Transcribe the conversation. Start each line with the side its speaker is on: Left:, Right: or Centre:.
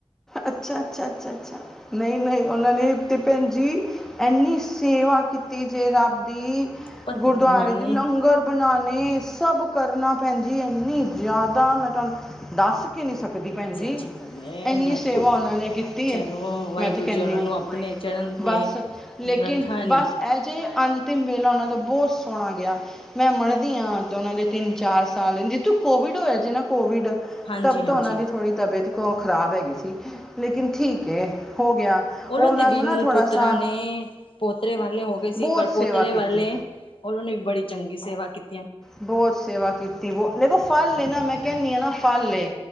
Centre: ਅੱਛਾ, ਅੱਛਾ, ਅੱਛਾ, ਅੱਛਾ ਨਹੀਂ ਨਹੀਂ ਉਹਨਾਂ ਨੇ ਤੇ ਭੈਣ ਜੀ। ਇੰਨੀ ਸੇਵਾ ਕੀਤੀ ਜੇ ਰੱਬ ਦੀ
Left: ਪਤਾ
Centre: ਗੁਰਦੁਆਰੇ
Left: ਨਾ ਮੈਨੂੰ
Centre: ਦੇ ਲੰਗਰ। ਬਣਾਉਣੇ ਸਭ ਕਰਨਾ ਭੈਣ ਜੀ ਇਨੀ ਜਿਆਦਾ ਮੈਂ ਤੁਹਾਨੂੰ ਦੱਸ ਵੀ ਨਹੀਂ ਸਕਦੀ। ਦੀ ਭੈਣ ਜੀ,
Left: ਸੱਚੀ ਗੱਲ ਏ
Centre: ਇਨੀ
Left: ਮੈਂ
Centre: ਸੇਵਾ
Left: ਭੁੱਲ
Centre: ਉਹਨਾਂ ਨੇ ਕੀਤੀ
Left: ਚਲੋ
Centre: ਹੈ
Left: ਵਾਹਿਗੁਰੂ
Centre: ਮੈਂ ਤੇ ਕਹਿੰਦੀ
Left: ਜੀ ਉਹਨਾਂ
Centre: ਆ
Left: ਨੂੰ ਆਪਣੇ
Centre: ਵਾਹਿਗੁਰੂ।
Left: ਚਰਨ ਤੇ
Centre: ਬਸ ਲੇਕਿਨ
Left: ਰੱਖਣ
Centre: ਬਸ ਇਹ ਜਿਹੇ ਅੰਤਿਮ ਵੇਲਾ ਉਹਨਾਂ ਦਾ ਬਹੁਤ ਸੋਹਣਾ ਗਿਆ। ਮੈਂ ਮੰਨਦੀ ਹਾਂ ਉਹਨਾਂ ਦੇ ਤਿੰਨ ਚਾਰ ਸਾਲ ਜਿਤੂ ਕੋਵਿਡ ਹੋਇਆ। ਜਿਨਾ ਕੋਵਿਡ
Left: ਹਾਂਜੀ
Centre: ਤਬ
Left: ਹਾਂਜੀ
Centre: ਤੋਂ ਉਹਨਾਂ ਦੀ ਥੋੜ੍ਹੀ ਤਬੀਅਤ ਕੋ ਖ਼ਰਾਬ ਹੈਗੀ ਸੀ ਲੇਕਿਨ ਠੀਕ ਹੈ। ਹੋ ਗਿਆ
Left: ਉਹ ਲੋਗ
Centre: ਉਹਨਾਂ
Left: ਦੇ
Centre: ਨੂੰ
Left: ਵੀ ਨੂਹ
Centre: ਨਾ ਥੋੜਾ
Left: ਪੁੱਤਰਾਂ
Centre: ਸਾ
Left: ਨੇ ਪੋਤਰੇ ਵਾਲੇ ਹੋ ਗਏ ਸੀ
Centre: ਬਹੁਤ
Left: ਪਰ ਪੋਤਰੇ
Centre: ਸੇਵਾ ਕੀਤੀ
Left: ਵਾਲੇ। ਉਹਨਾਂ ਨੇ ਵੀ ਬੜੀ ਚੰਗੀ ਸੇਵਾ ਕੀਤੀ।
Centre: ਬਹੁਤ ਸੇਵਾ ਕੀਤੀ ਬ ਦੇਖੋ ਫਲ ਨੇ ਨਾ ਮੈਂ ਕਹਿੰਦੀ ਹਾਂ ਨਾ ਫਲ ਏ।